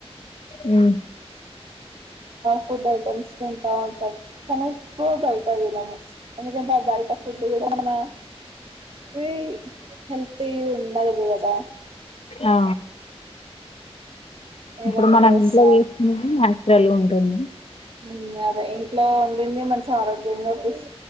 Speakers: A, on the left; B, on the right.
A: ఆ
B: ఫుడ్ ఐటెమ్స్ తింటా ఉంటా కనకుైతది నమ్ ంట బయట ఫుడ్డు విడ ఉన్నా అ హెల్త్ ఉండదు కదా
A: ఆ
B: ఏదో
A: ఇప్పుడు
B: ఒకటి
A: మనం
B: వేస్తా
A: ఇంట్లో చేసుకునేది నాచురల్ ఉంటుంది
B: ఉన్నదై లో వండింది మంచి ఆరోగ్యంగా పుష్